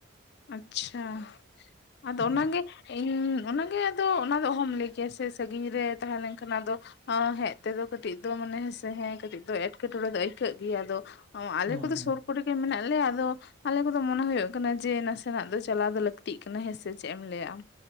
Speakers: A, on the left; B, on the right.
A: ᱟᱪᱪᱷᱟ, ᱟᱫᱚ
B: ᱦᱩᱸ
A: ᱚᱱᱟ ᱜᱮ ᱤᱧ ᱚᱱᱟ ᱜᱮ ᱟᱫᱚ ᱚᱱᱟ ᱫᱚ ᱚᱦᱚᱢ ᱞᱟᱹᱭ ᱠᱮᱭᱟ ᱥᱮ ᱥᱟᱺᱜᱤᱧ ᱨᱮ ᱛᱟᱦᱮᱸ ᱞᱮᱝᱠᱷᱟᱱ ᱟᱫᱚ ᱟᱻ ᱦᱮᱡ ᱛᱮᱫᱚ ᱠᱟᱹᱴᱤᱡ ᱫᱚ ᱢᱟᱱᱮ ᱦᱮᱸ ᱥᱮ ᱦᱮᱸ ᱠᱟᱹᱴᱤᱡ ᱫᱚ ᱮᱸᱴᱠᱮᱴᱚᱬᱮ ᱫᱚ ᱟᱹᱭᱠᱟᱹᱜ ᱜᱮᱭᱟ ᱟᱫᱚ ᱚ ᱟᱞᱮ
B: ᱦᱩᱸ
A: ᱠᱚᱫᱚ
B: ᱦᱩᱸ
A: ᱥᱩᱨ ᱠᱚᱨᱮ ᱜᱮ ᱢᱮᱱᱟᱜ ᱞᱮᱭᱟ ᱟᱫᱚ, ᱟᱞᱮ ᱠᱚᱫᱚ ᱢᱚᱱᱮ ᱦᱩᱭᱩᱜ ᱠᱟᱱᱟ ᱡᱮ ᱱᱟ ᱥᱮᱱᱟᱜ ᱫᱚ ᱪᱟᱞᱟᱣ ᱫᱚ ᱞᱟᱹᱠᱛᱤᱜ ᱠᱟᱱᱟ ᱦᱮᱸ ᱥᱮ ᱪᱮᱫ ᱮᱢ ᱞᱟᱹᱭᱟ ᱟᱢ?